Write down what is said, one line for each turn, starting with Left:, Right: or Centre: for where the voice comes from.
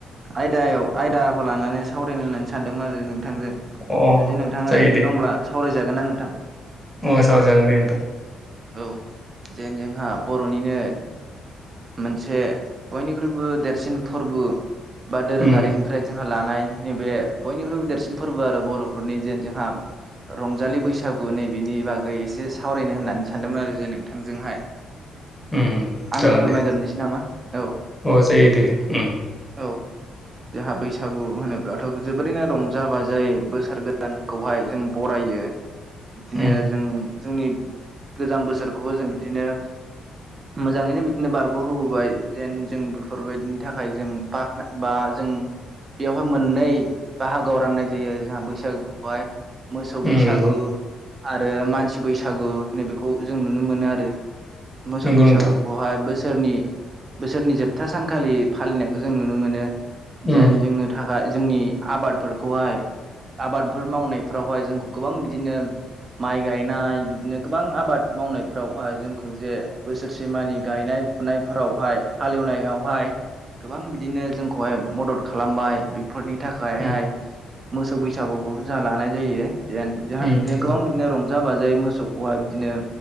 Right: आयदायाव आयदाखौ लानानै सावरायलाय होननानै सानदोंमोन आरो नों थांजों
Centre: अ
Right: जुदि नोंथाङा,
Centre: जायो
Right: ओरैनो
Centre: दे
Right: दंब्ला सावरायजागोन ना नोंथां?
Centre: अ सावराय जागोन दे नोंथां।
Right: औ जेन जोंहा बर'निनो मोनसे बयनिख्रुइबो देरसिन फोरबो बा दोरोङारिनिफ्राय
Centre: उम
Right: जोंहा लानाय नैबे बयनिख्रुइबो देरसिन फोरबो आरो बर'फोरनि जेन जोंहा रंजालि बैसागु नैबेनि बागै एसे सावरायनो होननानै सा सान्दोंमोन आरो जे नोंथांजोंहाय।
Centre: उम
Right: आंनो
Centre: जागोन
Right: फोरमायगोरनोसै
Centre: दे
Right: नामा? औ-औ
Centre: अ जायो दे उम
Right: जोंहा बैसागु होनोब्लाथ' जोबोरैनो रंजा बाजायै बोसोर गोदानखौहाय जों बरायो बिदिनो
Centre: उम
Right: जों जोंनि गोजाम बोसोरखौबो जों बिदिनो मोजाङैनो बिदिनो बारग'हबोबाय जेन जों बेफोरबायदिनि थाखाय जों बाखनाय बा जों बेवहाय मोननै बाहागोआव राननाय जायो आरो जोंहा बैसागु बेहाय मोसौ
Centre: उम
Right: बैसागु
Centre: नंगौ
Right: आरो मानसि बैसागु नैबे खौ जों नुनो मोनो आरो, मोसौ
Centre: नंगौ
Right: बैसागु
Centre: नोंथां
Right: बेवहाय बोसोरनि बोसोरनि जोबथा सानखालि फालिनायखौ जों नुनो मोनो। जेन
Centre: उम
Right: जोंनो थाखाय जोंनि आबादफोरखौहाय आबादफोर मावनायफोरावहाय जोंखौ गोबां बिदिनो माइ गायनाय बिदिनो गोबां आ बाद मावनायफोरावहाय जोंखौ जे बोसोरसेमानि गायनाय फुनायफोरावहाय हालेवनायावहाय गोबां बिदिनो जोंखौहाय मदद खालामबाय बेफोरनि थाखायहाय
Centre: उम
Right: मोसौ बैसागुखौबो जाहा लानाय जायो। जेन जोंहा
Centre: उम
Right: बिदिनो
Centre: नंगौ
Right: गोबां बिदिनो रंजा बाजायै मोसौखौहाय बिदिनो